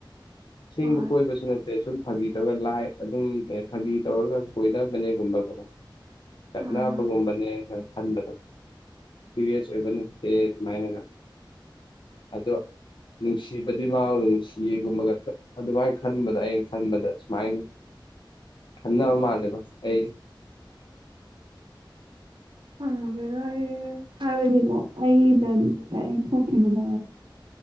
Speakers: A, on the left; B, on the right.
A: ꯁꯤ
B: ꯍꯣꯏ
A: ꯀꯣꯏꯕꯁꯨꯅ ꯁꯨꯝ ꯐꯥꯒꯤ ꯇꯧꯔꯒ ꯂꯥꯏ ꯑꯗꯨꯝ ꯀ ꯐꯥꯒꯤ ꯇꯧꯔꯒ ꯀꯣꯏꯗꯕꯅꯦꯒꯨꯝꯕꯀ ꯀꯛꯅꯕꯒꯨꯝꯕꯅꯦ
B: ꯑꯥ
A: ꯈꯅ ꯈꯟꯕꯗꯣ ꯐꯔꯤꯌꯁ ꯑꯣꯏꯕ ꯅꯠꯇꯦ ꯑꯗꯨꯃꯥꯏꯅꯒ ꯑꯗꯣ ꯅꯨꯡꯁꯤꯕꯗꯤ ꯃꯥ ꯅꯨꯡꯁꯤꯒꯨꯝꯕꯒ ꯑꯗꯨꯃꯥꯏꯅ ꯈꯟꯕꯗ ꯍꯌꯦꯡ ꯁꯟꯕꯗ ꯁꯃꯥꯏ ꯈꯟꯕ ꯃꯥꯜꯂꯦꯕ ꯑꯩ
B: ꯑꯦꯗ ꯍꯥꯏꯕꯗꯤꯀꯣ ꯑꯩꯒꯤꯗ ꯦꯛ ꯊꯣꯛꯈꯤꯕꯗ